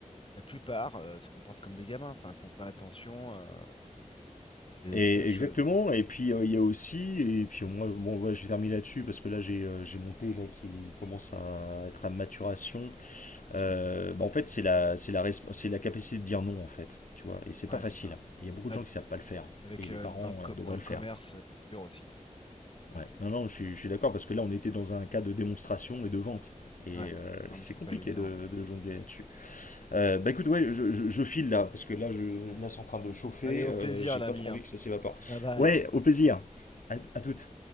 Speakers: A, on the left (about 40°); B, on the left (about 85°).
A: la plupart, euh, se comportent comme des gamins. Enfin, ils font pas attention. euh, et
B: Et
A: c'est autre
B: exactement.
A: chose.
B: Et puis euh, il y a aussi, et puis moi, bon, voilà, je vais terminer là-dessus parce que là j'ai euh, j'ai mon thé là qui commence à être à maturation.
A: Pas de souci.
B: Euh, bah, en fait, c'est la c'est la resp- c'est la capacité de dire non en fait, tu vois. Et c'est
A: Ouais,
B: pas facile.
A: c'est ça.
B: Il y a beaucoup
A: Là,
B: de gens qui savent pas le faire.
A: avec
B: Et
A: euh,
B: les parents
A: dans le co-
B: euh, devraient
A: dans le
B: le
A: commerce,
B: faire.
A: euh, c'est dur aussi. hein. Ah Bon.
B: Ouais. Non, non, je suis, je suis d'accord parce que là on était dans un cas de démonstration et de vente. Et
A: Ouais.
B: euh,
A: Non,
B: c'est
A: mais c'est
B: compliqué
A: pas évident.
B: de de jongler là-dessus. Euh, bah écoute, ouais, je, je- je file là, parce que là, je, là, c'est en train de chauffer,
A: Allez, au
B: euh,
A: plaisir,
B: j'ai
A: l'ami.
B: pas trop
A: hein.
B: envie que ça s'évapore.
A: Bye bye.
B: Ouais, au plaisir. À, à toutes.